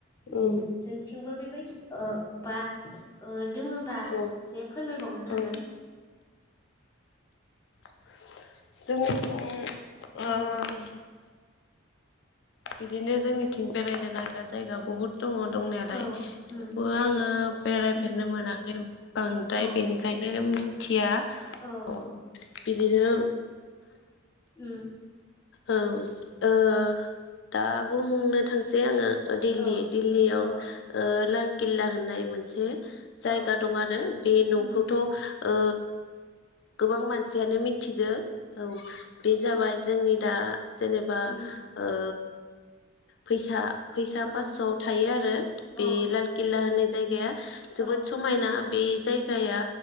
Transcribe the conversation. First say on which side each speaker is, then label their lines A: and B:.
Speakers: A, on the left (about 15°); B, on the left (about 60°).
A: मोनो
B: औ
A: जोंथिंबो बेबायदि ओ बा अ दोङोबा
B: औ
A: एसे फोरमायबावनो हागोन,
B: औ जोंनिथिं ओ
A: औ
B: बिदिनो जोंनिथिं बेरायनो नाग्रा जायगा बुहुद। दङ दंनायालाय
A: औ
B: थेवबो
A: उम
B: आङो बेरायफेरनो
A: उम
B: मोनाखै बांद्राय
A: औ
B: बेनिखायनो। बे मिन खोथिया
A: औ
B: अ
A: औ
B: बिदिनो।
A: उम उम
B: औ ओ दा बुंनो थांसै आङो। दिल्ली
A: औ
B: दिल्लीयाव
A: औ
B: ओ लाल किल्ला होननाय मोनसे। जायगा
A: औ
B: दं आरो बे न'खौथ'।
A: उम
B: ओ गोबां मानसियानो मिथिगौ। औ बे जाबाय
A: उम
B: जोंनि दा जेनेबा
A: उम
B: ओ। फैसा फैसा
A: औ
B: पासस'आव थायो आरो
A: औ
B: बे लाल किल्ला होननाय जायगाया। जोबोद
A: औ
B: समायना बे जायगाया